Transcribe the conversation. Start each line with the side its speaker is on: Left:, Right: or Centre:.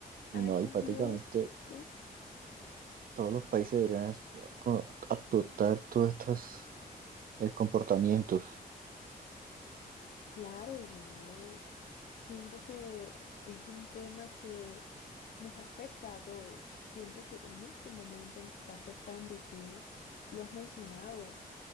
Right: Y
Left: años
Right: no, y prácticamente
Left: luz, uff.
Right: todos los países deberían as- co- adoptar todos estos eh, comportamientos.
Left: Claro, yo siento que es un tema que nos afecta a todos. Siento que en este momento nos está afectando, tú lo has mencionado,